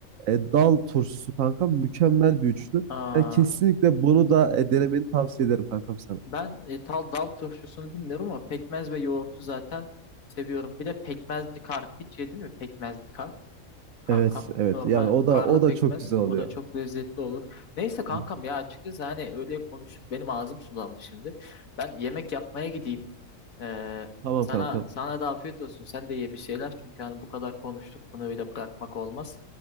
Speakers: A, on the right (about 75°); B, on the left (about 85°).
A: e, dal turşusu kanka mükemmel bir üçlü.
B: Aa,
A: Yani kesinlikle bunu da e, denemeni tavsiye ederim kankam sana.
B: ben e, tal dal turşusunu bilmiyorum ama pekmez ve yoğurtu zaten seviyorum. Bir de pekmezli kar. Hiç yedin mi pekmezli kar kankam?
A: Evet evet
B: Normal
A: yani o da
B: karlı
A: o
B: pekmez.
A: da çok güzel oluyor.
B: O da çok lezzetli olur. Neyse kankam
A: Hı.
B: ya açıkçası hani öyle konuştuk. Benim ağzım sulandı şimdi. Ben yemek yapmaya gideyim. Ee,
A: Tamam
B: sana
A: kankam.
B: sana da afiyet olsun. Sen de ye bir şeyler. Çünkü hani bu kadar konuştuk. Bunu öyle bırakmak olmaz.